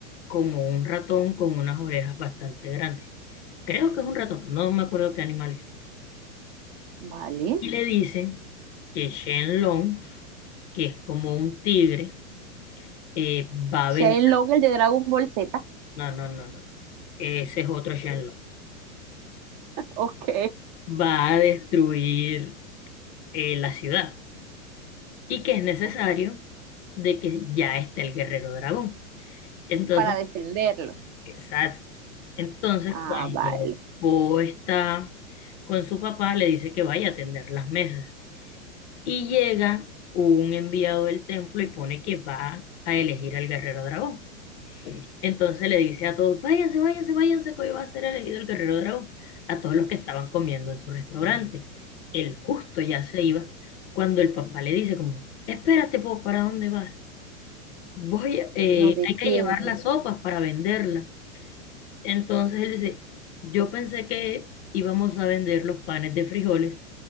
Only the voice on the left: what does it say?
como un ratón con unas orejas bastante grandes. Creo que es un ratón, no me acuerdo qué animal es.
Y le dice que Shenlong, que es como un tigre, eh, va
a venir.
No, no, no, no. Ese es otro Shenlong.
Va a destruir eh, la ciudad y que es necesario
de que ya esté el guerrero dragón. Entonces
Exacto. Entonces,
cuando
Po está con su papá, le dice que vaya a atender las mesas. Y llega un enviado del templo y pone que va a elegir al guerrero dragón. Entonces le dice a todos, váyanse, váyanse, váyanse, que hoy va a ser elegido el guerrero dragón. A todos los que estaban comiendo en su restaurante. El justo ya se iba cuando el papá le dice como, espérate, Po, ¿para dónde vas? Voy, a- eh,
hay que llevar las sopas para venderlas. Entonces él dice, yo pensé que íbamos a vender los panes de frijoles